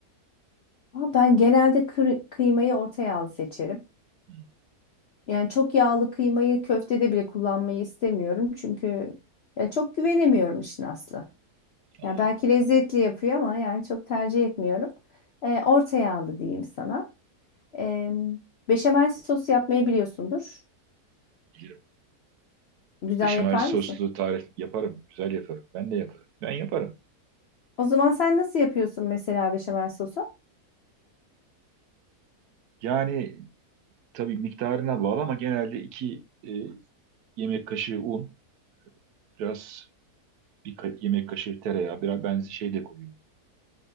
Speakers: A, on the left; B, on the right.
A: Ama ben genelde kır- kıymayı orta yağlı seçerim.
B: Hı,
A: Yani çok yağlı kıymayı köftede bile kullanmayı istemiyorum. Çünkü ya çok güvenemiyorum işin aslı.
B: anladım.
A: Yani belki lezzetli yapıyor ama yani çok tercih etmiyorum. Ee, orta yağlı diyeyim sana. Ee, beşamel sosu yapmayı biliyorsundur.
B: Bilirim.
A: Güzel
B: Beşamel
A: yapar
B: soslu
A: mısın?
B: tarif yaparım. Güzel yaparım. Ben de yaparım. Ben yaparım.
A: O zaman sen nasıl yapıyorsun mesela beşamel sosu?
B: Yani tabii miktarına bağlı ama genelde iki e, yemek kaşığı un, biraz bir ka- yemek kaşığı tereyağı, biraz benzi şey de koyuyorum.